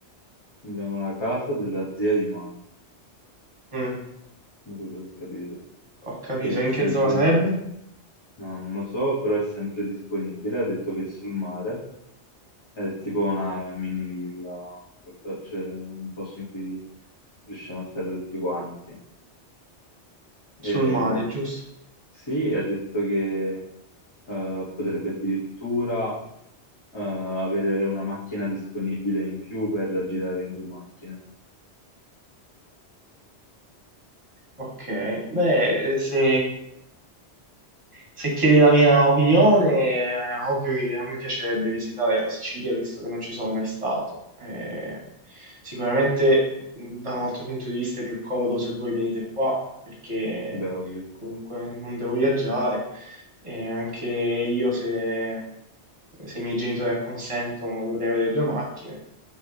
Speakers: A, on the left (about 25°); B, on the right (about 30°).
A: Abbiamo la casa della zia di mano,
B: Mm,
A: da quello che ho capito,
B: ho capito.
A: che è
B: In
A: sempre
B: che zona sarebbe?
A: disponibile. No, non lo so, però è sempre disponibile. Ha detto che è sul mare, è tipo una mini villa, qualcosa- cioè un posto in cui riusciamo a stare tutti quanti. E
B: Sul mare, giusto?
A: sì, ha detto che eh, potrebbe addirittura eh, avere una macchina disponibile in più per girare in due macchine.
B: Ok, beh, eh, se, se chiedi la mia opinione, è ovvio che a me piacerebbe visitare la Sicilia, visto che non ci sono mai stato. Eh, sicuramente da un altro punto di vista è più comodo se voi venite qua, perché
A: Beh, ovvio.
B: comunque non devo viaggiare. E anche io se se i miei genitori acconsentono, dovrei avere due macchine.